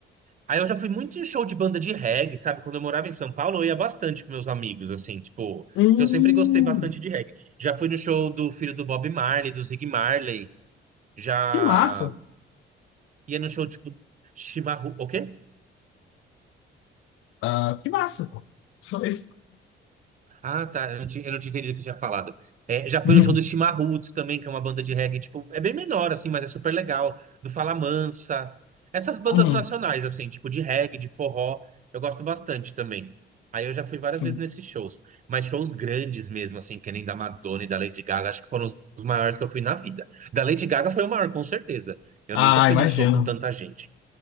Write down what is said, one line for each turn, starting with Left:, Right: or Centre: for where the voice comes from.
Right: Aí eu já fui muito em show de banda de reggae, sabe? Quando eu morava em São Paulo, eu ia bastante com meus amigos, assim, tipo,
Left: Hum,
Right: que eu sempre gostei bastante de reggae. Já fui no show do filho do Bob Marley, do Zig Marley, já
Left: que massa.
Right: ia no show, tipo, Chimarrão. O quê?
Left: Ah, que massa, pô. Só isso.
Right: Ah, tá. Eu não tinha, eu não tinha entendido o que você tinha falado. É, já fui
Left: <laughs>
Right: no show do Chimarruts também, que é uma banda de reggae, tipo, é bem menor, assim, mas é super legal. Do Fala Mansa. Essas bandas
Left: Uhum.
Right: nacionais, assim, tipo, de reggae, de forró, eu gosto bastante também. Aí eu já fui várias
Left: Sim.
Right: vezes nesses shows. Mas shows grandes mesmo, assim, que nem da Madonna e da Lady Gaga, acho que foram os os maiores que eu fui na vida. Da Lady Gaga foi o maior, com certeza. Eu
Left: Ah,
Right: nunca fui
Left: imagino.
Right: num show com tanta gente.